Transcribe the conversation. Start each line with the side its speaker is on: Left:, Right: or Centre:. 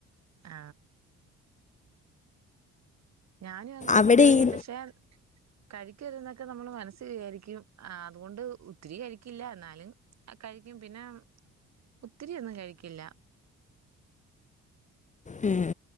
Right: ആ ഞാനും അങ്ങനെയൊക്കെ
Left: അവിടെ
Right: തന്നെയ
Left: ഈ
Right: പക്ഷെ കഴിക്കരു എന്നൊക്കെ നമ്മൾ മനസ്സ് വിചാരിക്കും ആ അതുകൊണ്ട് ഒത്തിരി കഴിക്കില്ല എന്നാലും കഴിക്കും പിന്നെ ഒത്തിരി ഒന്നും കഴിക്കില്ല
Left: ഉം